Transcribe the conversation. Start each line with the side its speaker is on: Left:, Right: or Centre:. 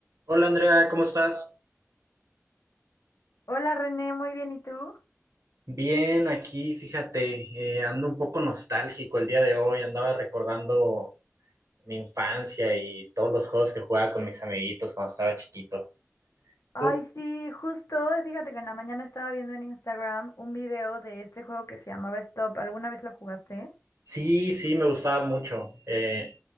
Right: Hola Andrea, ¿cómo estás?
Left: Hola René, muy bien, ¿y tú?
Right: Bien, aquí fíjate, eh, ando un poco nostálgico el día de hoy, andaba recordando mi infancia y todos los juegos que jugaba con mis amiguitos cuando estaba chiquito.
Left: Ay,
Right: ¿Tú?
Left: sí, justo, eh, fíjate que en la mañana estaba viendo en Instagram un video de este juego que se llamaba Stop. ¿Alguna vez lo jugaste?
Right: Sí, sí, me gustaba mucho. eh,